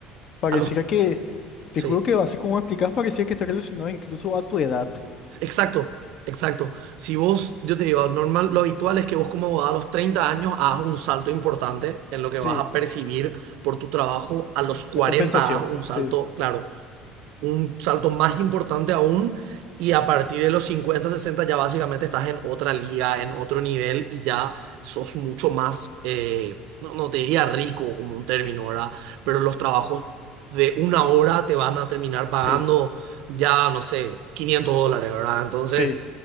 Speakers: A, on the left; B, on the right.
A: Pareciera
B: a los,
A: que, te
B: sí,
A: juro que así como explicás, parecía que está relacionado incluso a tu edad.
B: exacto, exacto. Si vos, yo te digo, normal, lo habitual es que vos como abogado a los 30 años hagas un salto importante en lo que
A: Sí,
B: vas a percibir por tu trabajo, a los 40
A: la compensación,
B: hagas un salto,
A: sí.
B: claro un salto más importante aún y a partir de los 50 60 ya básicamente estás en otra liga, en otro nivel y ya sos mucho más, eh, no, no te diría rico como un término, ¿verdad? Pero los trabajos de una hora te van a terminar pagando
A: Sí,
B: ya, no sé, 500 dólares, ¿verdad? Entonces...
A: sí,